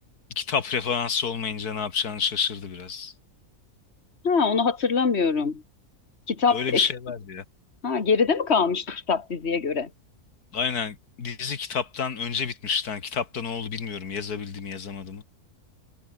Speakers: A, on the left (about 90°); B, on the left (about 45°).
A: kitap referansı olmayınca ne yapacağını şaşırdı biraz.
B: Ha, onu hatırlamıyorum. Kitap
A: Öyle
B: eks-
A: bir şey vardı ya.
B: ha, geride mi kalmıştı kitap diziye göre?
A: Aynen dizi kitaptan önce bitmişti. Yani kitapta ne oldu bilmiyorum. Yazabildi mi yazamadı mı?